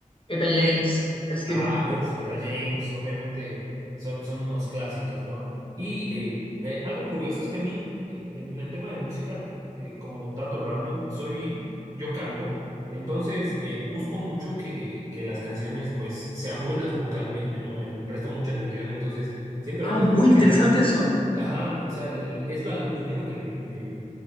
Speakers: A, on the left (about 40°); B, on the right (about 40°).
A: Eta James, ese estilo.
B: Ajá, uf, Eta James, obviamente son, son unos clásicos, ¿no? Y eh, eh, algo curioso es que a mí, eh, en el tema de música, eh, como dato random, soy, yo canto, entonces eh, busco mucho que, que las canciones pues sean buenas vocalmente, ¿no? Me presto mucha atención, entonces siempre
A: Ah,
B: busco
A: muy
B: a cantantes.
A: interesante eso.
B: Ajá, o sea, le- le- es lo, a lo primero que le, le,